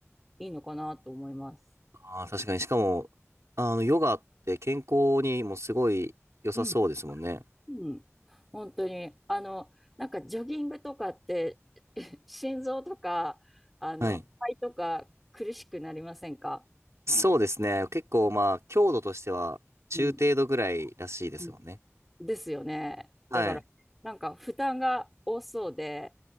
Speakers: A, in the centre; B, on the right.
A: いいのかなと思います。
B: ああ、確かに。しかも、あの、ヨガって健康にもすごい良さそうですもんね。
A: うん、うん、本当に。あの、なんかジョギングとかって <laughs> 心臓とか、あの、
B: はい。
A: 肺とか苦しくなりませんか
B: そうですね。結構まあ、強度としては中程度ぐらいらしいですもんね。
A: うん、うんですよね。
B: はい。
A: だから、なんか負担が多そうで、